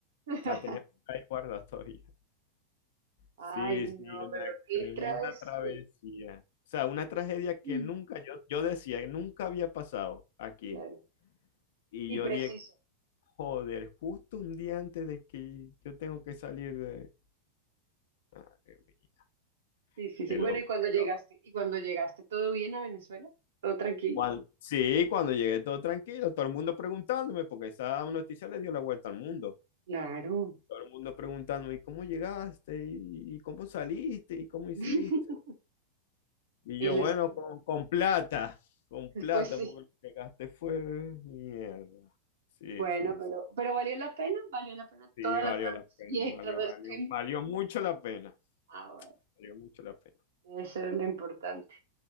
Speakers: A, on the right (about 60°); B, on the left (about 55°).
A: <laughs>
B: La tenía ahí guardada todavía.
A: Ay,
B: Sí,
A: no,
B: sí, una
A: pero qué
B: tremenda
A: travesía.
B: travesía. O sea, una tragedia que
A: Mm.
B: nunca, yo, yo decía, que nunca había pasado aquí.
A: Claro.
B: Y
A: Y
B: yo
A: preciso.
B: dije, joder, justo un día antes de que yo tengo que salir de... Madre mía,
A: Sí, sí,
B: qué
A: sí.
B: loco,
A: Bueno, ¿y cuando
B: qué
A: llegaste?
B: loco.
A: ¿Y cuando llegaste todo bien a Venezuela? ¿Todo tranquilo?
B: Cuan- sí, cuando llegué todo tranquilo, todo el mundo preguntándome, porque esa noticia le dio la vuelta al mundo.
A: Claro.
B: Todo el mundo preguntándome, ¿y cómo llegaste? ¿Y y cómo saliste? ¿Y cómo hiciste?
A: <laughs>
B: Y
A: Y
B: yo,
A: les,
B: bueno, con, con plata, con plata,
A: pues sí,
B: porque lo que gasté fue mierda. Sí,
A: bueno,
B: sí,
A: pero,
B: sí,
A: pero valió la pena, valió la pena
B: Sí,
A: toda
B: valió
A: la travesía
B: la pena,
A: y
B: valió,
A: todo
B: valió,
A: el tema.
B: valió mucho la pena,
A: Ah,
B: valió mucho la pena.
A: bueno, eso era lo importante,